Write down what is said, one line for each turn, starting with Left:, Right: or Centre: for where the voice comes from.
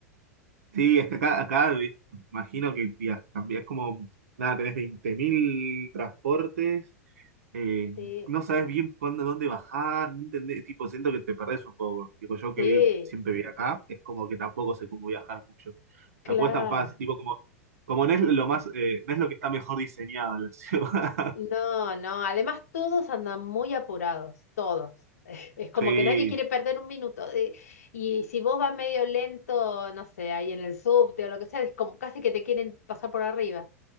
Right: sí, es que acá, acá vi- imagino que via- cambia- es como, nada, tenés 20.000 transportes, eh,
Left: Sí,
Right: no sabes bien cuándo, dónde bajar, no entendés, tipo, siento que te perdés un poco. Tipo, yo que
Left: sí,
Right: vi- siempre viví acá, es como que tampoco sé cómo viajar mucho.
Left: claro.
Right: Tampoco es tan fácil, tipo, como, como no es lo más, eh, no es lo que está mejor diseñado en la <laughs> ciudad.
Left: No, no, además todos andan muy apurados, todos. <laughs> Es como
Right: Sí.
Left: que nadie quiere perder un minuto. eh, Y si vos vas medio lento, no sé, ahí en el subte o lo que sea, es como casi que te quieren pasar por arriba.